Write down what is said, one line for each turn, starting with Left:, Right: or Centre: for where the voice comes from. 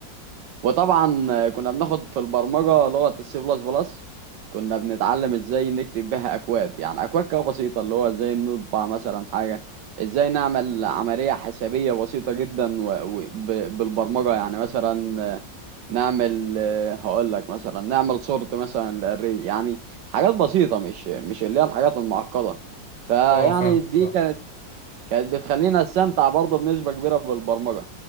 Right: وطبعا كنا بناخد في البرمجة لغة السي بلس بلس كنا بنتعلم إزاي نكتب بها أكواد يعني أكواد كده بسيطة اللي هو إزاي نطبع مثلا حاجة إزاي نعمل عملية حسابية بسيطة جدا و... و... ب... بالبرمجة يعني مثلا نعمل آه، هقول لك مثلا نعمل صورة مثلا للري يعني حاجات بسيطة مش مش اللي هي الحاجات المعقدة فيعني
Centre: اه فاهمك
Right: دي
Centre: اه
Right: كانت كانت بتخلينا نستمتع برضه بنسبة كبيرة بالبرمجة